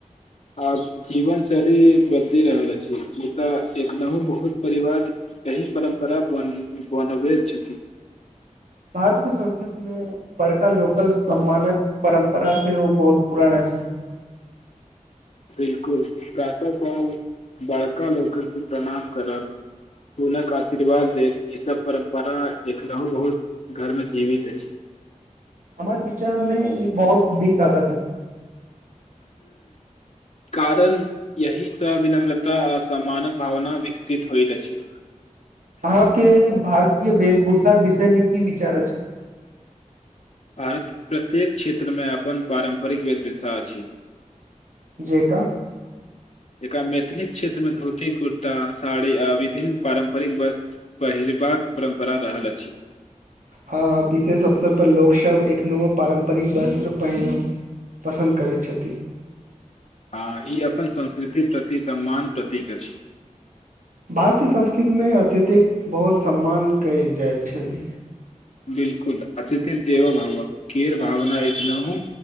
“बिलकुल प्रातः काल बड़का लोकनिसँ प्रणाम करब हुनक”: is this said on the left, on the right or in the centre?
Left